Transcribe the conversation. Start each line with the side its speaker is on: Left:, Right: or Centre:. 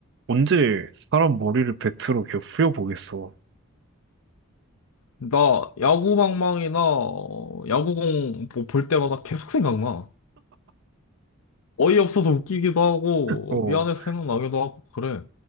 Right: 언제 사람 머리를 팩트로 이렇게 후려보겠어.
Left: 나 야구방망이나 어, 야구공 뭐볼 때마다 계속 생각나. 어이없어서 웃기기도 하고
Right: 어,
Left: 미안해서 생각나기도 하고 그래.